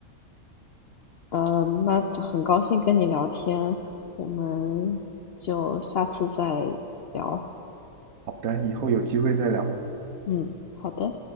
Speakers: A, on the left; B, on the right.
A: 呃，那很高兴跟你聊天，我们就下次再聊。
B: 好的，以后有机会再聊。
A: 嗯，好的。